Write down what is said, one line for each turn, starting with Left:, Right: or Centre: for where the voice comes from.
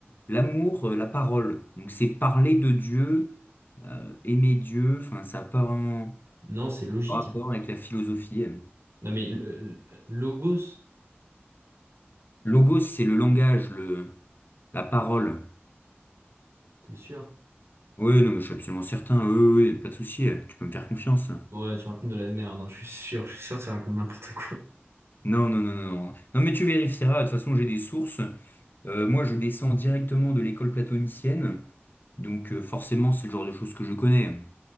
Left: l'amour, euh, la parole. Donc, c'est parler de Dieu, euh, aimer Dieu, enfin, ça n'a pas vraiment
Right: Non, c'est logique.
Left: rapport
Right: hein.
Left: avec la philosophie. elle.
Right: Non, mais le- le- logos,
Left: Logos, c'est le langage, le... la parole.
Right: t'es sûr?
Left: Oui, non, mais je suis absolument certain. Oui, oui, oui, pas de souci. euh, Tu peux me faire confiance.
Right: Ouais, tu racontes de la merde, hein, je suis sûr, je suis sûr que tu racontes n'importe quoi.
Left: Non, non, non, non, non. Non, mais tu vérifieras. De toute façon, j'ai des sources. Euh, moi, je descends directement de l'école platonicienne. Donc, euh, forcément, c'est le genre de choses que je connais.